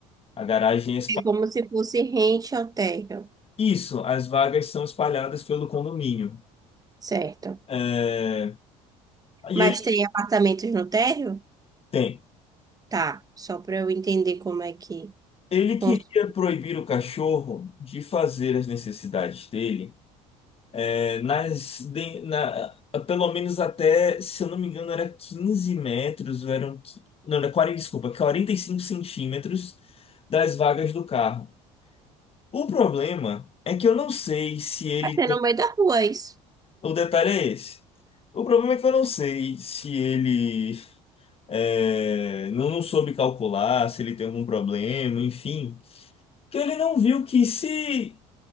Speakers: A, on the left; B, on the right.
A: A garagem é
B: É como se fosse rente ao térreo.
A: Isso, as vagas são espalhadas pelo condomínio.
B: Certo.
A: É, E
B: Mas
A: ele
B: tem apartamentos no térreo?
A: tem.
B: Tá, só para eu entender como é que.
A: Ele queria
B: funciona.
A: proibir o cachorro de fazer as necessidades dele, é, nas, de- na, pelo menos até, se eu não me engano, era 15 metros, ou eram, qui- não, era Quarenta desculpa, 45 centímetros das vagas do carro. O problema é que eu não sei se ele
B: É
A: tem.
B: no meio da rua, é isso?
A: O detalhe é esse. O problema é que eu não sei se ele é, não, não soube calcular se ele tem algum problema, enfim. Que ele não viu que se